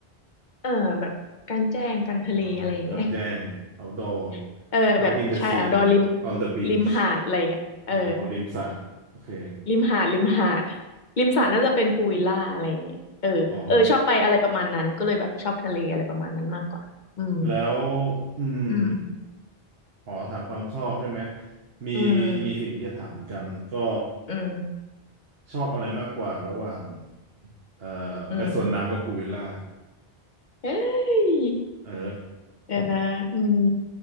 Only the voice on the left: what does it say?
เออแบบกลางแจ้งกลางทะเลอะไรอย่างเงี้ย
<laughs> เออแบบชาย
o u t d o ริม
ริมหาดอะไรอย่างเงี้ยเออ
ริมหาดริมหาดริมสระน่าจะเป็นพูลวิลล่าอะไรอย่างเงี้ยเออเออชอบไปอะไรประมาณนั้นก็เลยแบบชอบทะเลอะไรประมาณนั้นมากกว่าอืม
อืม
อืมอืม
อืมเฮ้ย
เดี๋ยวนะอืม